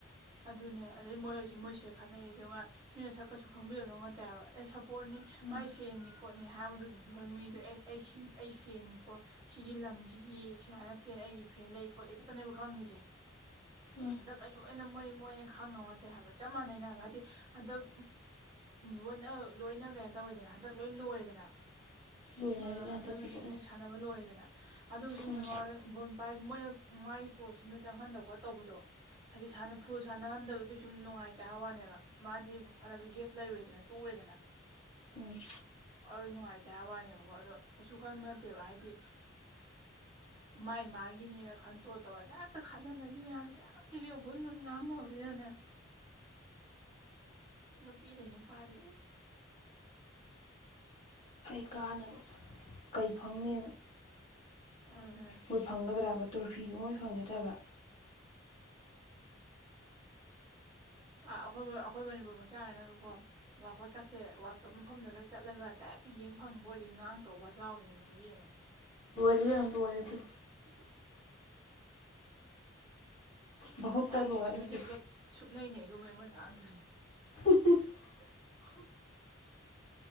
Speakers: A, on the right (about 25°); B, on the left (about 30°).
A: ꯑ ꯑꯗꯨꯅꯦ ꯑꯗꯩ ꯃꯣꯏ ꯍꯧꯣꯏꯁꯨ ꯃꯣꯏꯁꯤꯗ ꯈꯠꯅꯩ ꯑꯗꯨ ꯉꯥꯏ ꯃꯤꯅ ꯁꯛꯀꯁꯨ ꯈꯪꯕꯤꯒꯗꯧ ꯉꯠꯇꯦ ꯍꯥꯏꯕ ꯑꯦ ꯁꯞꯄꯣꯔꯠꯅꯤ
B: ꯎꯝ
A: ꯃꯥꯏ ꯐꯦꯟꯅꯤ ꯈꯣꯠꯅꯤ ꯍꯥꯏꯕꯗꯨꯒꯤꯗꯨ ꯃꯤꯗ ꯑꯦ ꯑꯩ ꯁꯤ ꯑꯩ ꯐꯦꯟꯅꯤꯀꯣ ꯁꯤꯒꯤ ꯂꯝꯁꯤꯒꯤ ꯑꯩ ꯁꯨꯃꯥꯏꯅ ꯐꯦꯟ ꯑꯩꯒꯤ ꯐꯦꯟ ꯂꯩ ꯈꯣꯠꯂꯤ ꯈꯛꯇꯅꯦꯕ ꯈꯪꯉꯤꯁꯦ
B: ꯎꯝ
A: ꯀꯩꯁꯨꯅ ꯃꯣꯏ ꯃꯣꯏꯅ ꯈꯪꯅꯉꯣꯠꯇꯦ ꯍꯥꯏꯕ ꯆꯞ ꯃꯥꯟꯅꯩꯅ ꯍꯥꯏꯕ ꯍꯥꯏꯗꯤ ꯍꯟꯗꯛ ꯂꯣꯏꯅ ꯂꯣꯏꯅ ꯀꯩꯅꯣ ꯇꯧꯋꯦꯗꯅ ꯍꯟꯗꯛ ꯂꯣꯏ ꯂꯣꯏꯔꯦꯗꯅ
B: ꯂꯣꯏꯅꯔꯦ
A: ꯍ
B: ꯍꯟꯗꯛꯀꯤ
A: ꯑꯗꯨꯣ ꯃꯩꯁꯤ
B: ꯂꯣꯏꯅ
A: ꯂꯣꯏ ꯁꯥꯟꯅꯕ ꯂꯣꯏꯔꯦꯗꯅ ꯑꯗꯨꯒꯤ ꯁꯨꯝꯅꯦ
B: ꯎꯝ
A: ꯃꯔ ꯕꯣꯟ ꯄꯥꯏ ꯃꯣꯏꯅ ꯃꯥꯒꯤ ꯀꯣꯔꯣꯁꯇꯨꯅ ꯆꯪꯍꯟꯗ ꯈꯣꯠꯇꯧꯕꯗꯣ ꯍꯥꯏꯗꯤꯅ ꯐꯨꯜ ꯁꯥꯟꯅꯍꯟꯗꯕꯗꯨ ꯁꯨꯝ ꯅꯨꯡꯉꯥꯏꯇꯦ ꯍꯥꯏ ꯋꯥꯅꯦꯕ ꯃꯥꯗꯤ ꯐꯅꯁꯨ ꯒꯦꯞ ꯂꯩꯔꯨꯔꯦꯗꯅ ꯄꯨꯔꯗꯂ
B: ꯎꯝ
A: ꯍ ꯅꯨꯡꯉꯥꯏꯇꯦ ꯍꯥꯏꯕ ꯋꯥꯅꯦꯕꯀꯣ ꯑꯗꯣ ꯀꯩꯁꯨ ꯈꯟꯕ ꯅꯠꯇꯦꯕ ꯍꯥꯏꯗꯤ ꯃꯥꯏ ꯃꯥꯒꯤꯅꯤꯅ ꯈꯟꯇꯣ ꯇꯧꯔꯁꯦ ꯍꯦꯛꯇ ꯈꯟꯅꯅꯔꯤ ꯃꯌꯥꯝꯁꯦ ꯇ ꯍꯕꯨ ꯉꯥꯡꯅ ꯍꯕꯗꯅꯦ ꯅꯨꯄꯤꯗꯩꯅ ꯐꯥꯔꯤ
B: ꯀꯩ ꯀꯥꯟꯅꯕ ꯀꯩ ꯐꯪꯅꯤꯅ
A: ꯑꯗꯨꯅ
B: ꯃꯣꯏ ꯐꯪꯒꯗ꯭ꯔꯕ ꯇ꯭ꯔꯣꯐꯤꯗꯨ ꯃꯣꯏ ꯐꯪꯒꯗ꯭ꯔꯕ
A: ꯎ ꯑ ꯑꯩꯈꯣꯏ ꯑꯩꯈꯣꯏ ꯃꯅꯤꯄꯨꯔ ꯃꯆꯥꯉꯅꯒꯀꯣ ꯋꯥꯀꯠ ꯀꯛꯁꯦ ꯋꯥꯀꯠ ꯃꯐꯝꯗꯒ ꯆꯠꯂꯒ ꯗꯥꯏꯔꯦꯛ ꯑ ꯌꯦꯡ ꯐꯪꯕ ꯑꯣꯏꯔ ꯉꯥꯡ ꯇꯧꯕ ꯆꯥꯎꯔꯤꯉꯗꯤ ꯌꯦꯡꯉ
B: ꯔꯤ ꯑ ꯀꯏꯗꯤ
A: <inaudible>
B: ꯚꯍꯨꯠꯇ
A: ꯑ ꯄ꯭ꯔꯤꯊꯤꯕꯤꯁꯦ
B: ꯂꯣꯏꯔꯦ ꯑꯗꯨ
A: ꯄꯨꯂꯞ ꯁꯨꯞꯅꯩꯅꯩ ꯑꯩꯒꯨꯝꯃꯦ ꯃꯣꯏ ꯉꯥꯡꯗꯣꯏꯅꯦ
B: <inaudible>
A: <inaudible>